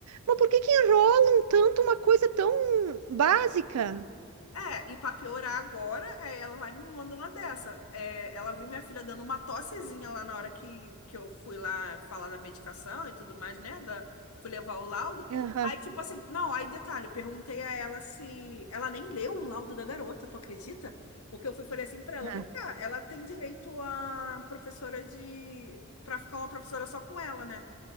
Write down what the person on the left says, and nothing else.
É, e pra piorar agora, é, ela vai e me mandar uma dessa. É, ela viu minha filha dando uma tossezinha lá na hora que, que eu fui lá falar da medicação e tudo mais, né? Da, fui levar o laudo.
Aí, tipo assim, não, aí detalhe, eu perguntei a ela se. Ela nem leu o laudo da garota, tu acredita? Porque eu fui e falei assim pra ela:
vem cá, ela tem direito a professora de. pra ficar uma professora só com ela, né?